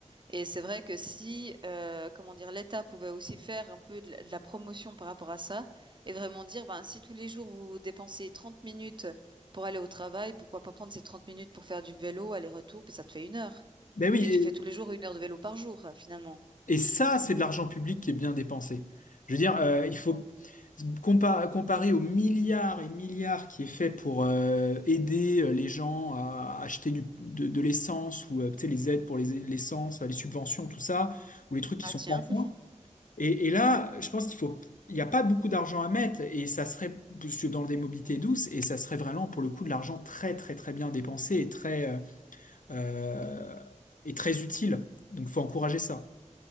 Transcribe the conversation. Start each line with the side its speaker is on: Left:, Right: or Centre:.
Right: Et c'est vrai que si, euh, comment dire, l'État pouvait aussi faire un peu de la, de la promotion par rapport à ça et vraiment dire, ben, si tous les jours vous dépensez 30 minutes pour aller au travail, pourquoi pas prendre ces 30 minutes pour faire du vélo, aller-retour, puis ça te fait une heure.
Left: Ben oui,
Right: Et tu fais tous les jours une heure de vélo par jour, euh, finalement.
Left: Et ça, c'est de l'argent public qui est bien dépensé. Je veux dire, euh, il faut compa- comparer aux milliards et milliards qui est fait pour euh, aider euh, les gens à acheter du, de, de l'essence ou euh, tu sais, les aides pour les l'essence, les subventions, tout ça, ou les trucs qui
Right: Ah
Left: sont
Right: tiens,
Left: pas
Right: <laughs>
Left: fins. Et, et là, je pense qu'il faut, il n'y a pas beaucoup d'argent à mettre et ça serait parce que dans des mobilités douces et ça serait vraiment pour le coup de l'argent très très très bien dépensé et très euh, euh, et très utile. Donc, faut encourager ça.